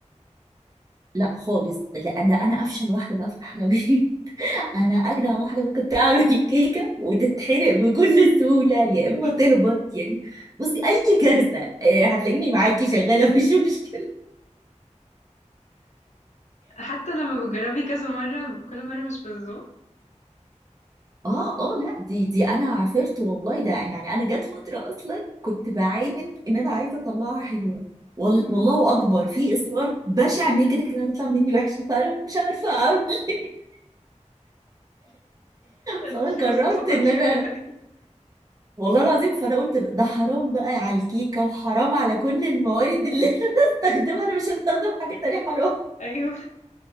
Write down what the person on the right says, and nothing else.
لا خالص لا ده انا افشل واحده بقى في الحلويات انا اجدع واحده ممكن تعمل <laughs> كيكه وتتحرق بكل سهوله يا اما
تهبط يعني بصي اي كارثه آه، هتلاقيني معاكي شغاله <laughs> مفيش مشكله
اه اه لا دي دي انا عافرت والله ده يعني انا جت فتره اصلا كنت بعاند ان انا عايزه اطلعها حلوه وال-
والله اكبر في اصرار بشع ان هي كده كده هتطلع مني وحشه فانا مش عارفه اعمل <laughs> إيه.
فانا قررت
ان انا
والله العظيم فانا قلت ده حرام بقى على الكيكه وحرام على كل الموارد اللي <laughs> انا هستخدمها انا مش هستخدم حاجه تانية حرام